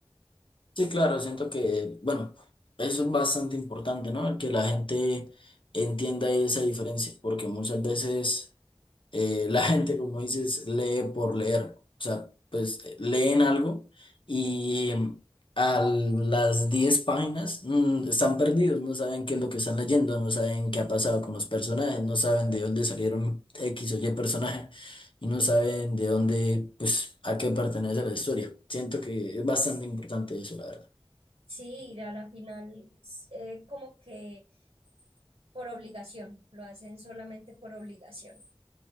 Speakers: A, on the left; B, on the right.
A: Sí, claro, siento que, bueno, eso es bastante importante, ¿no? El que la gente entienda esa diferencia, porque muchas veces eh, la gente, como dices, lee por leer. O sea, pues eh, leen algo y mm, a las 10 páginas mm, están perdidos, no saben qué es lo que están leyendo, no saben qué ha pasado con los personajes, no saben de dónde salieron X o Y personaje y no saben de dónde, pues, a qué pertenece la historia. Siento que es bastante importante eso, la verdad.
B: Sí, a la final es, eh, como que por obligación, lo hacen solamente por obligación.